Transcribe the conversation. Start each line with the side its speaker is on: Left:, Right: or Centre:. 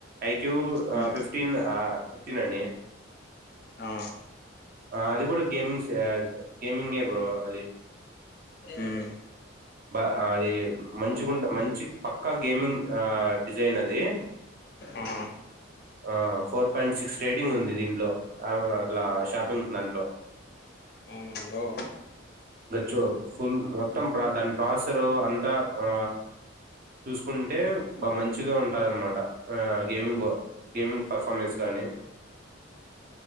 Right: ఐక్యూ ఆ
Left: ఉమ్
Right: ఫిఫ్టీన్ ఆ ఫిఫ్టీన్ అని
Left: ఆ
Right: ఆ అది కూడా గేమింగ్స్ ఆ గేమింగ్ బ్రో అది
Left: ఉమ్
Right: బ అది మంచి గుంట మంచి చిక్ పక్కా గేమింగ్ ఆ డిజైన్ అది
Left: ఆ
Right: ఆ ఫోర్ పాయింట్ సిక్స్ రేటింగ్ ఉంది దీంట్లో అగో అట్లా షాపింగ్ కు నన్ లో
Left: అవును బ్రో
Right: చోబ్ ఫుల్ మొత్తం ప దాని పాసరు అంతా ఆ చూసుకుంటే బా మంచిగా ఉంటందనమాట ఆ గేమింగో గేమింగ్ పర్ఫార్మెన్స్ గానీ